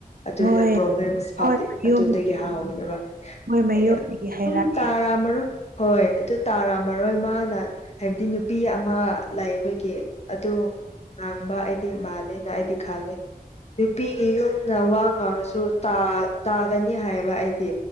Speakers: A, on the left; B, on the right.
A: ꯑꯗꯨꯅ
B: ꯃꯣꯏ
A: ꯄ꯭ꯔꯣꯕ꯭ꯂꯦꯝꯁ ꯐꯥꯎꯗꯤ
B: ꯃꯣꯏ ꯃꯌꯨꯝꯒꯤ
A: ꯑꯗꯨꯗꯒꯤ ꯍꯥꯎꯕꯅꯦꯕ
B: ꯃꯣꯏ ꯃꯌꯨꯝꯗꯒꯤ
A: ꯑꯗꯨꯝ
B: ꯍꯥꯏꯔꯛꯑꯦ
A: ꯇꯥꯔꯃꯣꯏ ꯍꯣꯏ ꯑꯗꯨ ꯇꯥꯔꯥꯝꯃꯔꯣꯏ ꯃꯥꯅ ꯍꯥꯏꯕꯗꯤ ꯅꯨꯄꯤ ꯑꯃ ꯂꯥꯛꯏꯕꯒꯤ ꯑꯗꯨ ꯉꯥꯡꯕ ꯑꯩꯗꯤ ꯃꯥꯂꯦꯅ ꯑꯩꯗꯤ ꯈꯜꯂꯦ ꯅꯨꯄꯤꯒꯤ ꯌꯨꯝꯅ ꯋꯥ ꯉꯥꯡꯁꯨ ꯇꯥ ꯇꯥꯒꯅꯤ ꯍꯥꯏꯕ ꯑꯩꯗꯤ